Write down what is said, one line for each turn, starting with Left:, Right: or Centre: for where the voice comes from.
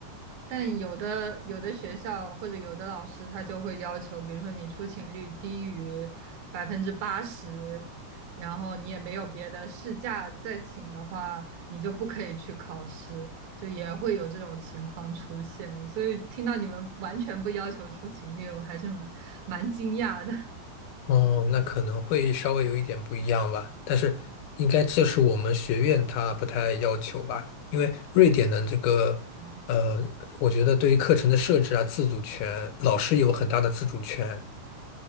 Right: 但有的有的学校或者有的老师他就会要求，比如说你出勤率低于百分之八十，然后你也没有别的事假再请的话，你就不可以去考试。就也会有这种情况出现，所以听到你们完全不要求出勤率，我还是蛮蛮惊讶的。<laughs>
Left: 哦，那可能会稍微有一点不一样吧，但是应该这是我们学院它不太要求吧，因为瑞典的这个，
Right: 哦，
Left: 呃，我觉得对于课程的设置啊，自主权，老师有很大的自主权。